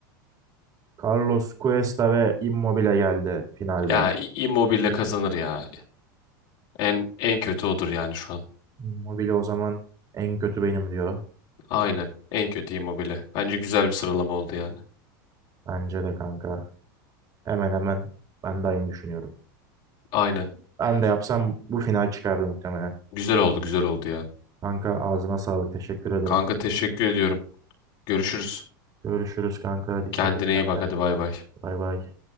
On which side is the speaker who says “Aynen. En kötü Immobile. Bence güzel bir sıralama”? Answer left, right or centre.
Left